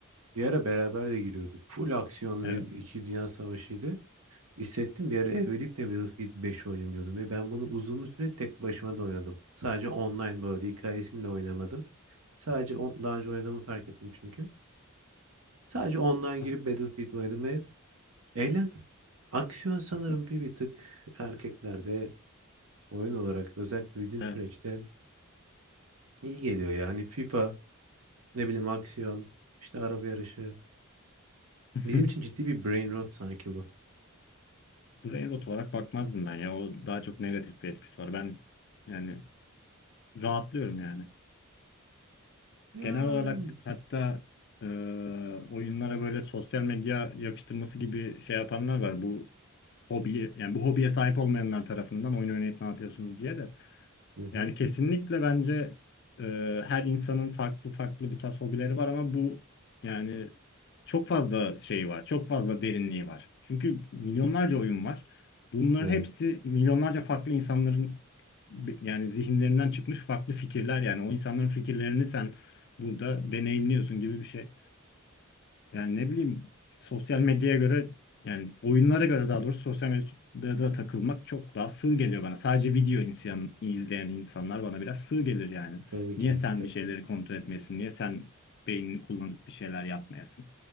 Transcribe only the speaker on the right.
bir ara beraber de giriyorduk. Full aksiyonlu
ve 2 Dünya Savaşı'ydı. Hissettim bir ara ev edip de Battlefield beş oynayayım diyordum. Ve ben bunu uzun bir süre tek başıma da oynadım. Sadece online bu arada hikayesini de oynamadım. Sadece on, daha önce oynadığımı fark ettim çünkü. Sadece online girip
Battlefield oynadım ve eğlendim. Aksiyon sanırım
bir bir tık erkeklerde oyun olarak özellikle bizim
süreçte İyi geliyor ya. Hani FIFA, ne bileyim aksiyon, işte araba yarışı.
Bizim için ciddi bir brain rot sanki bu.
Yani.
Hı hı.
Evet.
Tabii ki
de.
Ya,